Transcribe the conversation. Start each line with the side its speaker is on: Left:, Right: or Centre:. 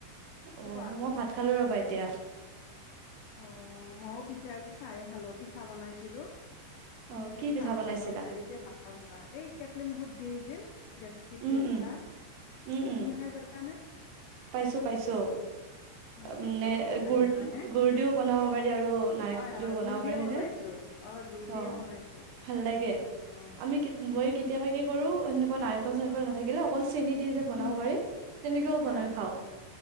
Right: অ।
Left: কোৱা
Right: মই ভাত খালো ৰবা এতিয়া
Left: অ মও পিছে আজি চাহে খালো পিঠা বনাইছিলো। তেনেকে
Right: অ কি পিঠা
Left: চাহ
Right: বনাইছিলা?
Left: খালো অলপ দেৰিকে ভাত খাম ৰবা এই কেটলি মুখত দিয়েই যেন ডেস্কিট
Right: উম
Left: দিয়া পিঠা
Right: উম উম উম
Left: তুমি খাই পাইছানে?
Right: পাইছো পাইছো
Left: অ
Right: মানে
Left: বহুত ভাল লাগে
Right: গুৰ
Left: হয় নে
Right: গুৰ দিও বনাও পাৰি, আৰু নাৰিকল
Left: হয় হয়
Right: দিও বনাব
Left: গুৰ দিয়ে
Right: পাৰি সেইটো,
Left: বনাইছো গুৰ দিয়ে
Right: অ।
Left: বনাইছো
Right: ভাল লাগে,
Left: অ
Right: আমি
Left: পিছে
Right: মই কেতিয়াবা
Left: তুমি
Right: কি কৰোঁ এনেকুৱা নাৰিকল চাৰিকল
Left: অ
Right: নাথাকিলে অকল চেনি দি যে বনাব
Left: উম
Right: পাৰি, তেনেকেও বনাই
Left: হয়
Right: খাওঁ।